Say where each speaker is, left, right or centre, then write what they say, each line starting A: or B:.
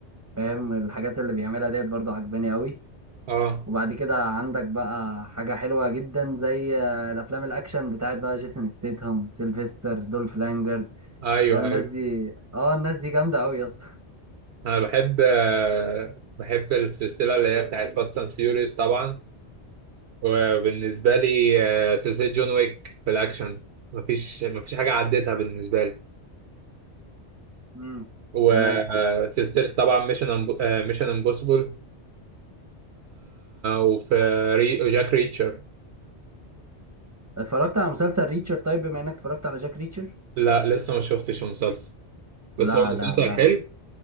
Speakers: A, on the right; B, on the right.
A: فاهم الحاجات اللي بيعملها ديت برضو عجباني قوي
B: اه
A: وبعد كده عندك بقى حاجة حلوة جدا زي آه، الأفلام الأكشن بتاعت بقى جيسون ستيتهم سيلفستر دولف لانجرد
B: ايوه
A: فاهم الناس
B: ايوه
A: دي اه الناس دي جامدة أوي يا اسطى
B: انا بحب آه، بحب السلسله اللي هي بتاعت فاست اند فيوريوس طبعا وبالنسبه لي آه، سلسله جون ويك في الاكشن مفيش مفيش حاجه عديتها بالنسبه لي
A: <laughs> امم
B: وسلسله
A: تمام
B: طبعا ميشن ميشن امبوسيبل وفي ري... جاك ريتشر
A: اتفرجت على مسلسل ريتشر طيب بما إنك اتفرجت على جاك ريتشر
B: لا لسه ما شفتش المسلسل بس
A: لا
B: هو مسلسل
A: لا لا
B: حلو